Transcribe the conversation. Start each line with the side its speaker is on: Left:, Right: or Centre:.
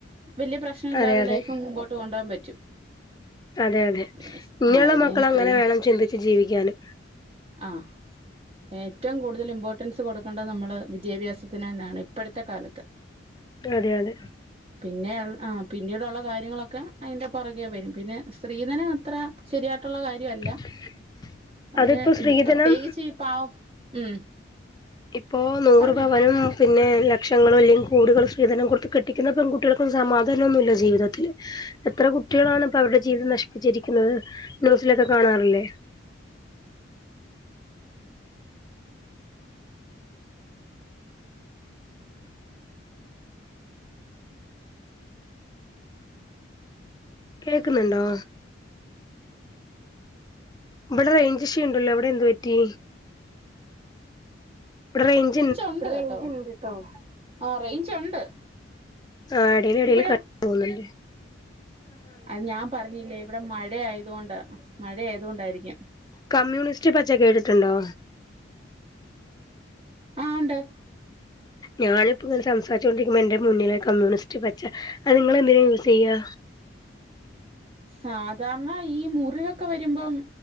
Right: വലിയ പ്രശ്നം ഇല്ലാതെ
Left: അതെ അതെ
Right: ലൈഫ് മുമ്പോട്ട് കൊണ്ടോകാൻ പറ്റും
Left: അതെ അതെ
Right: പിന്നെ
Left: ഇനിയുള്ള
Right: ആഹ് പിന്നെ
Left: മക്കള്
Right: ഈ സ്ത്രീ
Left: അങ്ങനെ വേണം ചിന്തിച്ച് ജീവിക്കാന്
Right: ആഹ് ഏറ്റവും കൂടുതൽ ഇമ്പോർട്ടൻസ് കൊടുക്കേണ്ടത് നമ്മൾ വിദ്യാഭ്യാസത്തിന് തന്നാണ് ഇപ്പഴത്തെ കാലത്ത്
Left: അതെ അതെ
Right: പിന്നെ ആഹ് പിന്നീടുള്ള കാര്യങ്ങളൊക്കെ അതിൻ്റെ പൊറകേ വരും പിന്നെ സ്ത്രീധനത്ര ശരിയായിട്ടുള്ള കാര്യവല്ല
Left: <unintelligible>
Right: അതിന്
Left: അതിപ്പോ സ്ത്രീധനം
Right: പ്രത്യേകിച്ച് ഈ പാവം ഉം
Left: ഇപ്പോ നൂറ്
Right: പറഞ്ഞോ
Left: പവനും പിന്നെ ലക്ഷങ്ങളോ അല്ലെ കോടികൾ സ്ത്രീധനം കൊടുത്ത് കെട്ടിക്കുന്ന പെൺകുട്ടികൾക്കും സമാധാനോന്നുല്ല ജീവിതത്തില് എത്ര കുട്ട്യാളാണ് ഇപ്പ അവരുടെ ജീവിതം നശിപ്പിച്ചിരിക്കുന്നത് ന്യൂസിലൊക്കെ കാണാറില്ലേ കേക്ക്‌ന്നുണ്ടോ ഇവിടെ റേഞ്ച് ഇഷ്യൂണ്ടല്ലോ അവിടെ എന്തുപറ്റി ബടെ റേൻജ്
Right: ഞ്ചുണ്ട് കേട്ടോ ആ റേഞ്ച് ഉണ്ട്
Left: ആഹ് എടെല് എടെല്
Right: ഇപ്പഴോ
Left: ക പോവുന്നുണ്ട്
Right: അത് ഞാൻ പറഞ്ഞില്ലേ ഇവിടെ മഴ ആയതുകൊണ്ട മഴ ആയതുകൊണ്ടായിരിക്കും.
Left: കമ്മ്യൂണിസ്റ്റ് പച്ച കേട്ടിട്ടുണ്ടോ?
Right: ആഹ് ഉണ്ട്
Left: ഞാനിപ്പ ഇങ്ങനെ സംസാരിചോണ്ടിരിക്കുമ്പോ എന്റെ മുന്നില കമ്മ്യൂണിസ്റ്റ് പച്ച അത് ഇങ്ങളെന്തിന യൂസെയ്യാ?
Right: സാധാരണ ഈ മുറിവൊക്കെ വരുമ്പം